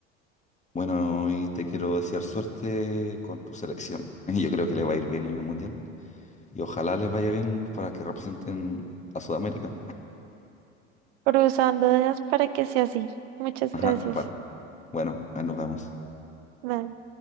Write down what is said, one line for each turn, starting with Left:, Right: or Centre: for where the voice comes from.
Left: Bueno, y te quiero desear suerte con tu selección. <laughs> Yo creo que le va a ir bien en el Mundial. Y ojalá les vaya bien para que representen a Sudamérica.
Right: Cruzándolas para que sea así. Muchas
Left: Ajá,
Right: gracias.
Left: pa- bueno, ahí nos vemos.
Right: Bye.